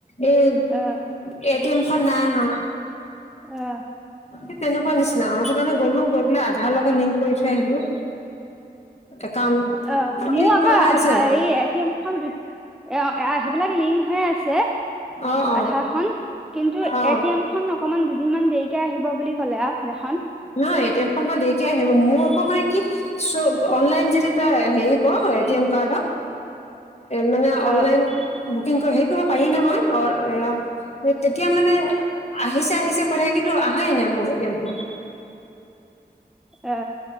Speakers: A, on the left (about 40°); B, in the centre.
A: এই
B: অ'।
A: এ টি এম খন নাই অহা,
B: অ
A: সেই তেনেকুৱা নিচিনা, অ', সেইটো কাৰণে গ'লো, গৈ পেলাই আধাৰৰ লগত লিংক কৰি থৈ আহিলোঁ, একাউণ্ট
B: অ', মোৰ
A: লিংক
B: আকৌ
A: কৰা হৈ
B: আধাৰ,
A: আছে
B: এই এ টি এম খন, সেইবিলাক লিংক হৈ আছে।
A: অ অ
B: আধাৰ খন, কিন্তু
A: অ
B: এটি এম খন অকণমান দুদিনমান দেৰিকে আহিব বুলি ক'লে আৰু সেইদিনাখন।
A: নহয়, এ টি এম খন বাৰু দেৰিকে আহিব, মোৰ আকৌ মানে কি? চ' অনলাইন যদি তাৰ হেৰি ক, এ টি এম কাৰ্ডৰ মানে অনলাইন
B: অ
A: বুকিং, হেৰি কৰিব পাৰি নহয়, অ', এ এই তেতিয়া মানে, আহিছে আহিছে কৈ থাকে, কিন্তু অহাই নাই মোৰ। এ টি এম খন।
B: আ।